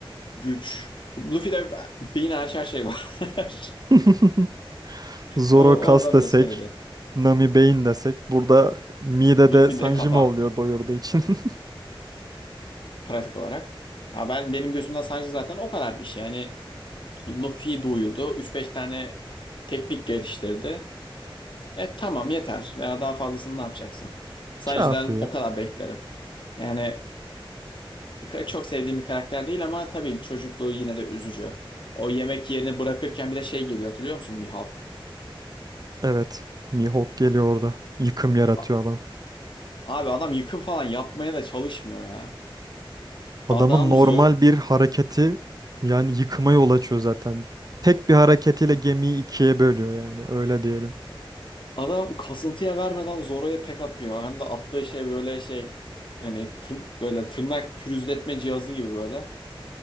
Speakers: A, on the left; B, on the right.
A: Güç. Luffy'de beyin her her şey var. <laughs>
B: <laughs> Zoro
A: O-
B: kas
A: Oradan
B: desek,
A: biraz kaynaklı.
B: Nami beyin desek. Burada midede
A: Luffy'de
B: Sanjima
A: kafa
B: oluyor doyurduğu için. <laughs>
A: pratik olarak. Ya ben benim gözümden sadece zaten o kadar bir şey. Yani Luffy'yi doyurdu. üç beş tane teknik geliştirdi. E tamam yeter. Veya daha fazlasını ne yapacaksın? Sanji'den
B: Kafi.
A: o kadar beklerim. Yani k- çok sevdiğim bir karakter değil ama tabii çocukluğu yine de üzücü. O yemek yerini bırakırken bir de şey geliyor hatırlıyor musun? Mihawk.
B: Evet. Mihawk geliyor orada. Yıkım yaratıyor
A: A-
B: adam.
A: Abi adam yıkım falan yapmaya da çalışmıyor ya.
B: Adamın
A: Adam
B: normal
A: zor,
B: bir hareketi yani yıkıma yol açıyor zaten. Tek bir hareketiyle gemiyi ikiye bölüyor yani öyle diyelim.
A: adam kasıntıya vermeden Zoro'ya tek atıyor. Hem de attığı şey böyle şey hani tır- böyle tırnak pürüzletme cihazı gibi böyle.